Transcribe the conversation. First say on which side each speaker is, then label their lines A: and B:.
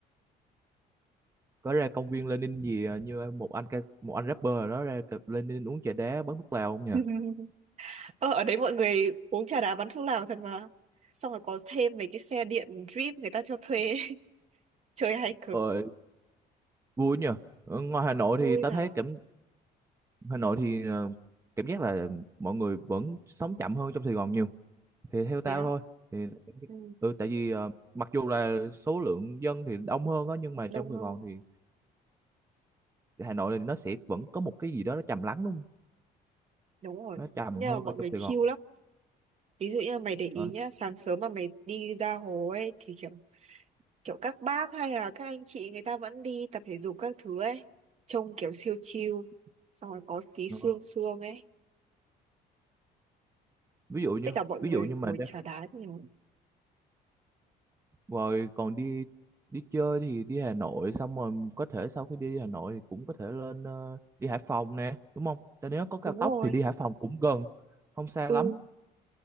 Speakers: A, on the right (about 15°); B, on the right (about 40°).
A: có ra công viên Lenin gì à, như một anh ca, một anh rapper ở đó ra cặp Lenin uống trà đá bắn thuốc lào không nhỉ?
B: <laughs> ờ, ở đấy mọi người uống trà đá bắn thuốc lào thật mà xong rồi có thêm mấy cái xe điện drip người ta cho thuê <laughs> chơi hay cực
A: Ờ, vui nhỉ. Ở ngoài Hà Nội
B: vui
A: thì tao
B: mà
A: thấy cảm Hà Nội thì ờ, cảm giác là mọi người vẫn sống chậm hơn trong Sài Gòn nhiều thì theo tao
B: thế á
A: thôi thì
B: ừ,
A: ừ, tại vì ờ, mặc dù là số lượng dân thì đông hơn á nhưng mà trong
B: đông hơn
A: Sài Gòn thì Hà Nội thì nó sẽ vẫn có một cái gì đó nó trầm lắng đúng không
B: Đúng rồi.
A: nó trầm
B: Nhưng
A: hơn
B: mà mọi
A: ở
B: người
A: trong Sài
B: chill
A: Gòn
B: lắm. Ví dụ như mày để ý
A: Ờ,
B: nhá, sáng sớm mà mày đi ra hồ ấy thì kiểu kiểu các bác hay là các anh chị người ta vẫn đi tập thể dục các thứ ấy, trông kiểu siêu chill. Xong rồi có tí sương
A: ờ.
B: sương ấy.
A: ví dụ như
B: Tất cả mọi
A: ví
B: người
A: dụ như mà
B: ngồi
A: đi-
B: trà đá nhiều.
A: rồi còn đi đi chơi thì đi Hà Nội xong rồi có thể sau khi đi Hà Nội thì cũng có thể lên ờ, đi Hải Phòng nè đúng không Tại nếu có cao
B: Đúng
A: tốc
B: rồi.
A: thì đi Hải Phòng cũng gần không xa
B: Ừ,
A: lắm